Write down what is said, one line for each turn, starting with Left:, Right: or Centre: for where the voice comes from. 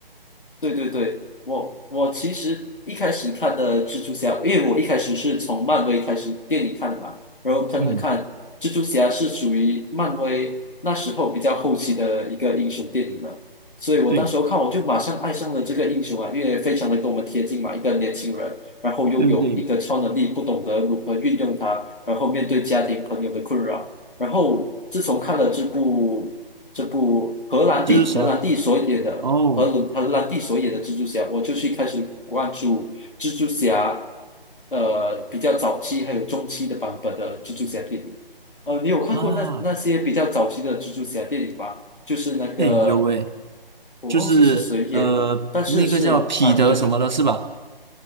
Left: 对对对，我我其实一开始看的蜘蛛侠，因为我一开始是从漫威开始电影看的嘛，然后看看看，
Right: 嗯，
Left: 蜘蛛侠是属于漫威那时候比较后期的一个英雄电影了，所以我当时候看我就马上爱上了这个英雄啊，
Right: 对
Left: 因为非常的跟我们贴近嘛，一个年轻人，然后拥有一个超能力，
Right: 对对对，
Left: 不懂得如何运用它，然后面对家庭朋友的困扰，然后自从看了这部这部荷兰弟荷兰弟所演的。
Right: 蜘蛛侠。哦
Left: 和鲁荷兰弟所演的蜘蛛侠，我就去开始关注蜘蛛侠，呃，比较早期还有中期的版本的蜘蛛侠电影。呃，你有看过那那些比较早期的蜘蛛侠电影吗？
Right: 啊，
Left: 就是那个
Right: 哎有哎，
Left: 我忘记是谁演的，
Right: 就是呃，
Left: 但是是啊，
Right: 那个叫彼得什么的，
Left: 对对对，
Right: 是吧？